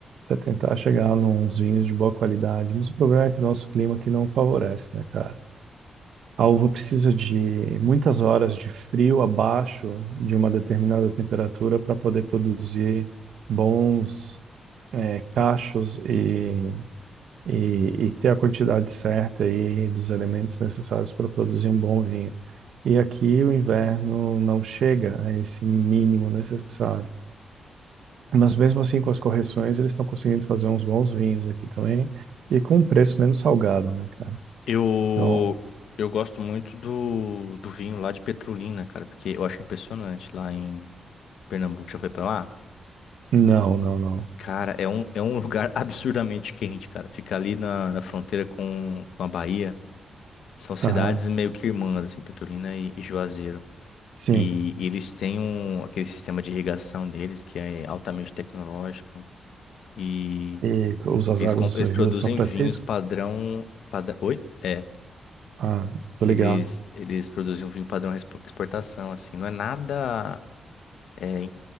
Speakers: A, on the right; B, on the left.
A: para tentar chegar nos vinhos de boa qualidade. Mas o problema é que o nosso clima aqui não favorece, né, cara? A uva precisa de muitas horas de frio abaixo de uma determinada temperatura para poder produzir bons eh, cachos e, e, e ter a quantidade certa aí dos elementos necessários para produzir um bom vinho. E aqui o inverno não chega a esse mínimo necessário. Mas mesmo assim, com as correções, eles estão conseguindo fazer uns bons vinhos aqui também e com um preço menos salgado, né, cara?
B: Eu,
A: Então,
B: eu gosto muito do, do vinho lá de Petrolina, cara, porque eu acho impressionante lá em. Pernambuco já foi pra lá?
A: não, não, não.
B: Cara, é um, é um <laughs> lugar absurdamente quente, cara. Fica ali na, na fronteira com, com a Bahia. São cidades
A: Aham.
B: meio que irmãs, assim, Petrolina e, e Juazeiro.
A: Sim.
B: E, e eles têm um, aquele sistema de irrigação deles que é altamente tecnológico. E
A: E usas
B: eles,
A: águas
B: com- eles
A: do Rio
B: produzem
A: São Francisco?
B: vinhos padrão, padrão. Oi? É.
A: Ah, tô
B: Eles,
A: ligado.
B: eles produzem um vinho padrão expo- exportação, assim. Não é nada. é,